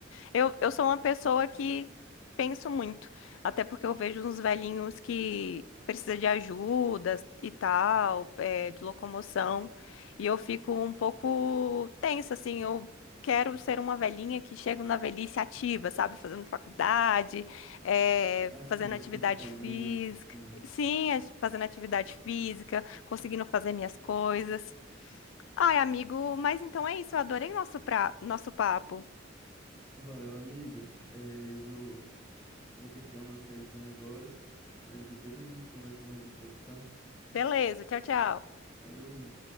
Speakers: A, on the left; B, on the left.
A: Eu, eu sou uma pessoa que penso muito, até porque eu vejo uns velhinhos que precisa de ajuda e tal, é, de locomoção, e eu fico um pouco tensa, assim, eu quero ser uma velhinha que chega na velhice ativa, sabe, fazendo faculdade, é,
B: Ativa
A: fazendo atividade
B: fisicamente,
A: física,
B: sim.
A: sim, as- fazendo atividade física, conseguindo fazer minhas coisas. Ai, amigo, mas então é isso, eu adorei nosso, pra... nosso papo.
B: Valeu, amiga. É, eu vou, vou ter que dar uma saidinha agora, mas depois a gente conversa mais um pouco, tá?
A: Beleza, tchau, tchau.
B: Valeu.